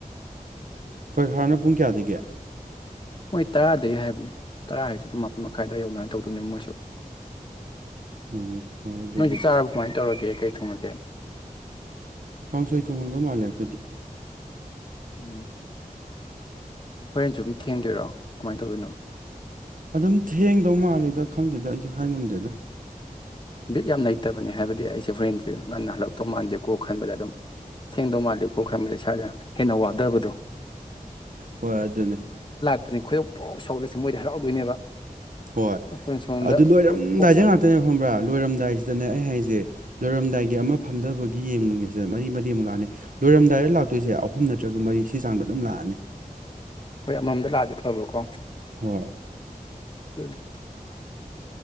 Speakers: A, on the right (about 65°); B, on the left (about 35°).
A: ꯄꯩꯈꯥꯅ ꯄꯨꯡ ꯀꯌꯥꯗꯒꯤ
B: ꯃꯣꯏ ꯇꯔꯥꯗꯩ ꯍꯥꯏꯕꯅꯦ ꯇꯔꯥ ꯍꯥꯏꯁꯤ ꯑꯗꯨꯝ ꯃꯥꯄꯜ ꯃꯈꯥꯏ ꯗꯥꯏ ꯌꯧꯅꯉꯥꯏ ꯇꯧꯗꯣꯏꯅꯦ ꯃꯣꯏꯁꯨ
A: ꯎꯝ ꯍꯣꯏ ꯑꯗꯨꯕꯨꯗꯤ
B: ꯅꯣꯏꯗꯤ ꯆꯥꯔꯕ ꯀꯃꯥꯏ ꯇꯧꯔꯒꯦ ꯀꯩ ꯊꯣꯡꯉꯒꯦ
A: ꯀꯥꯡꯁꯣꯏ ꯊꯣꯡꯡꯂꯝꯗꯧ ꯃꯥꯜꯂꯦ ꯑꯩꯈꯣꯏꯗꯤ
B: ꯎꯝ ꯍꯣꯔꯦꯟ ꯁꯨꯝ ꯊꯦꯡꯗꯣꯏꯔꯣ ꯀꯃꯥꯏꯅ ꯇꯧꯗꯣꯏꯅꯣ
A: ꯑꯗꯨꯝ ꯊꯦꯡꯗꯧ ꯃꯥꯜꯂꯤꯦꯗ ꯈꯪꯗꯦꯗ ꯑꯩꯁꯨ ꯍꯥꯏꯉꯝꯗꯦꯗ
B: ꯕꯤꯠ ꯌꯥꯝ ꯂꯩꯇꯕꯅꯦ ꯍꯥꯏꯕꯗꯤ ꯑꯩꯁꯦ ꯐ꯭ꯔꯦꯟꯁꯦ ꯉꯟꯅ ꯍꯜꯂꯛꯇꯧ ꯃꯥꯥꯟꯁꯦꯀꯣ ꯈꯟꯕꯗ ꯑꯗꯨꯝ ꯊꯦꯡꯗꯧ ꯃꯥꯥꯟꯜꯂꯤ ꯀꯣ ꯈꯟꯕꯗ ꯏꯁꯥꯗꯦ ꯍꯦꯟꯅ ꯋꯥꯗꯕꯗꯣ
A: ꯍꯣꯏ ꯑꯗꯨꯅꯦ
B: ꯐꯖꯅ ꯈꯨꯣꯏꯗꯧ ꯄꯨꯂꯥꯎ ꯁꯥꯎꯍꯠꯂꯁꯁꯨ ꯃꯣꯏꯗ ꯍꯔꯥꯎꯗꯣꯏꯅꯦꯕ
A: ꯍꯣꯏ
B: ꯑꯩꯈꯣꯏꯅ ꯁꯣꯝꯗ
A: ꯑꯗꯨ ꯂꯣꯏꯔꯝ
B: ꯄ꯭ꯔꯣꯛ ꯄ꯭ꯔꯣꯛ
A: ꯗꯥꯏꯖ
B: ꯆꯥꯏ
A: ꯉꯥꯛꯇꯅꯦ ꯐꯪꯕ꯭ꯔꯥ ꯂꯣꯏ ꯂꯣꯏꯔꯝꯗꯥꯏꯁꯤꯗꯅꯦ ꯑꯩ ꯍꯥꯏꯁꯦ ꯂꯣꯏꯔꯝꯗꯥꯏꯒꯤ ꯑꯃ ꯐꯝꯊꯕꯒꯤ ꯌꯦꯡꯒꯒꯦꯁꯤꯗ ꯃꯔꯤ ꯃꯔꯤꯃꯨꯛ ꯂꯥꯑꯅꯤ ꯂꯣꯏꯔꯝꯗꯥꯏꯔ ꯂꯥꯛ ꯇꯣꯏꯁꯦ ꯑꯍꯨꯝ ꯅꯠꯇ꯭ꯔꯒ ꯃꯔꯤ ꯁꯤ ꯆꯥꯡꯗ ꯑꯗꯨꯝ ꯂꯥꯛꯑꯅꯤ
B: ꯍꯣꯏ ꯑꯃꯃꯝꯗ ꯂꯥꯛꯑꯗꯤ ꯐꯕꯀꯣ
A: ꯍꯣꯏ
B: ꯇꯨꯅꯤ